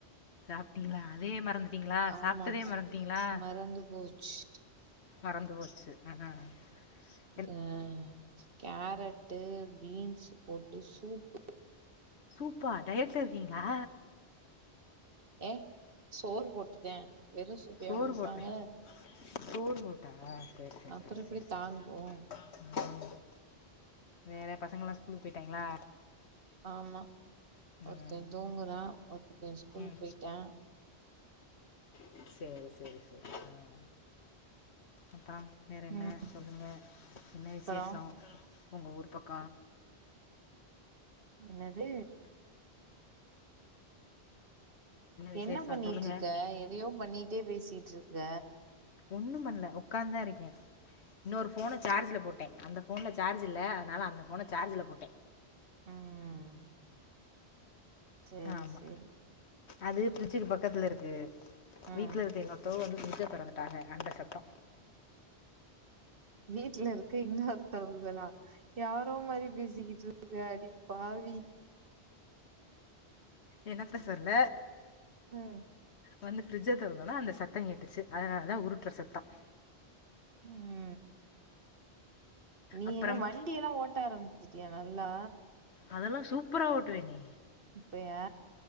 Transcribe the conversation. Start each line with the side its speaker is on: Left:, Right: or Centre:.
Left: சாப்டீங்ளா அதே மறந்துட்டீங்ளா சாப்டதே
Right: ஆமா
Left: மறந்துட்டீங்ளா
Right: மறந்து போச்சு
Left: மறந்து போச்சு அ அ
Right: அ கேரட்டு பீன்ஸ் போட்டு சூப்பு
Left: சூப்பா டயட்ல இருக்கீங்ளா
Right: ஏ சோறு போட்டுதே வெறு சூப்பையா
Left: சோறு
Right: குடிப்பாங்க
Left: போட்டே சோறு போட்டா சரி சரி
Right: அப்புற
Left: சரி
Right: எப்டி
Left: சரி சரி
Right: தாங்கு
Left: சரி ம் வேற பசங்கல்லா ஸ்கூலுக்கு போயிட்டாங்களா
Right: ஆமா ஒருத்த
Left: ம்
Right: தூங்குறா ஒருத்த ஸ்கூலுக்கு
Left: ம்
Right: போயிட்டா
Left: ம் சரி சரி சரி ம் அப்ரம் வேற என்ன
Right: ம்
Left: சொல்லுங்க என்ன
Right: அப்புற
Left: விஷேசோ உங்க ஊர் பக்கோ
Right: என்னது
Left: விசேஷம்
Right: என்ன பண்ணிட்ருக்க
Left: சொல்லுங்கள்
Right: எதையோ பண்ணிட்டே பேசிட்ருக்க
Left: ஒண்ணு பண்ல உட்காந்தா இருக்கே இன்னொரு ஃபோன சார்ஜில போட்டே அந்த ஃபோன்ல சார்ஜ் இல்ல ஆனால அந்த ஃபோன சார்ஜில போட்டே
Right: ம் சேரி
Left: ஆமா
Right: சேரி
Left: அது பிரிச்சிக்கு பக்கத்துல இருக்கு
Right: ம்
Left: வீட்ல இருக்க எங்க அக் தோ வந்து பிரிஜ்ஜ தொறந்துட்டாங்க அந்த சத்தோ
Right: வீட்ல இருக்க இன்னொருதவங்களா யாரோ மாரி பேசிகிட்ருக்க அடிபாவி
Left: என்னத்த சொல்ல
Right: ம்
Left: வந்து ஃபரிட்ஜ தொறந்தோன அந்த சத்த கேட்டுச்சு அதனால தா உருட்ற சத்தம்
Right: ம் நீ
Left: அப்புறம்
Right: என்ன வண்டியலா ஓட்ட ஆரம்பிச்சட்டி யா நல்லா
Left: அதெல்லாம் சூப்பரா ஓட்டுவேனே
Right: இப்பையா